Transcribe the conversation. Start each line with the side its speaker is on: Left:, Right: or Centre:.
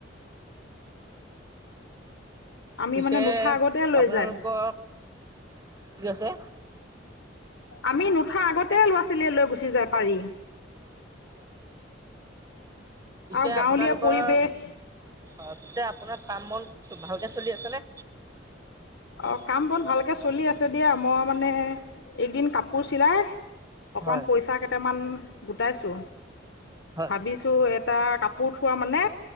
Left: আমি
Right: পিছে
Left: মানে নুঠা আগতে লৈ
Right: আপোনালোকৰ
Left: যায়
Right: কি আছে
Left: আমি নুঠা আগতে ল'ৰা ছোৱালীয়ে লৈ গুচি যায় পাৰি।
Right: উ পিছে
Left: আৰু
Right: আপোনালোকৰ
Left: গাঁৱলীয়া পৰিৱেশ
Right: হয় পিছে আপোনাৰ কাম বন ভালকে চলি আছে নে
Left: অ কাম বন ভালকে চলি আছে দিয়া মই মানে এদিন কাপোৰ চিলাই অকন
Right: হয়
Left: পইচা কেইটামান গোটাইছো।
Right: হয়
Left: ভাবিছো এটা কাপোৰ থোৱা মানে